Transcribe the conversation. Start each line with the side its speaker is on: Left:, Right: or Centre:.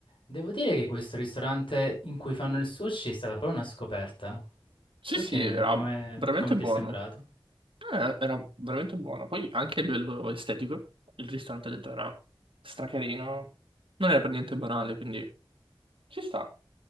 Left: Devo dire che questo ristorante in cui fanno il sushi è stata proprio una scoperta.
Right: Sì,
Left: Tu
Right: sì,
Left: che, ne-
Right: era
Left: come,
Right: veramente
Left: come ti
Right: buono.
Left: è sembrato?
Right: Era, era veramente buono. Poi anche a livello estetico, il ristorante dentro era stracarino. Non era per niente banale, quindi ci sta.